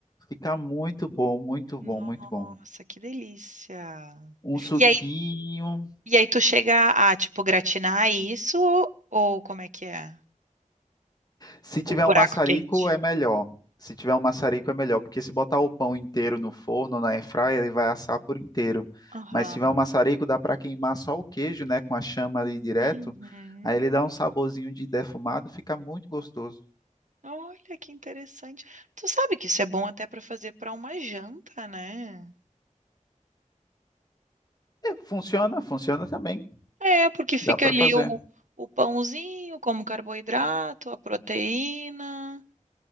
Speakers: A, on the left (about 30°); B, on the right (about 70°).
A: Fica muito bom, muito
B: Nossa,
A: bom, muito bom.
B: que delícia.
A: Um suquinho,
B: E aí, e aí tu chega a, tipo, gratinar isso ou ou como é que é?
A: Se
B: O
A: tiver
B: buraco
A: um maçarico,
B: quente.
A: é melhor. Se tiver um maçarico, é melhor, porque se botar o pão inteiro no forno, na airfryer, ele vai assar por inteiro.
B: Aham.
A: Mas se tiver um maçarico, dá para queimar só o queijo, né, com a chama ali direto.
B: Uhum.
A: Aí ele dá um saborzinho de defumado, fica muito gostoso.
B: Olha que interessante. Tu sabe que isso é bom até para fazer para uma janta, né?
A: É, funciona, funciona também.
B: É, porque fica
A: Dá para
B: ali
A: fazer.
B: o, o pãozinho como carboidrato, a proteína.